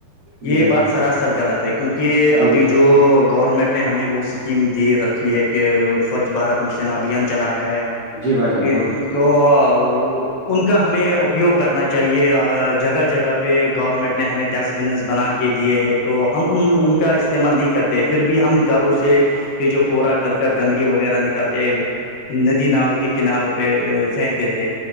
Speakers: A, on the right (about 55°); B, on the left (about 80°).
A: جی
B: یہ
A: بھائی
B: بات
A: جان
B: سراسر غلط ہے کیونکہ ابھی
A: جی بھائی
B: جو جو گورنمنٹ نے ہمیں وہ سکیم دے رکھی ہے کہ سوچھ بھارت مشن ابھیان چلایا ہے
A: جی بھائی جان گڈ
B: جو وہ ان کا ہمیں اپیوگ کرنا چاہیے جگہ جگہ پہ گورنمنٹ نے ہمیں ڈسٹ بنس بنا کے کے دیے ہیں تو ہم ان ان کا استعمال نہیں کرتے پھر بھی ہم گھروں سے جو کوورا کرکٹ گندگی وغیرہ نکالتے ندی نالوں کے کناروں پہ پھینک دیتے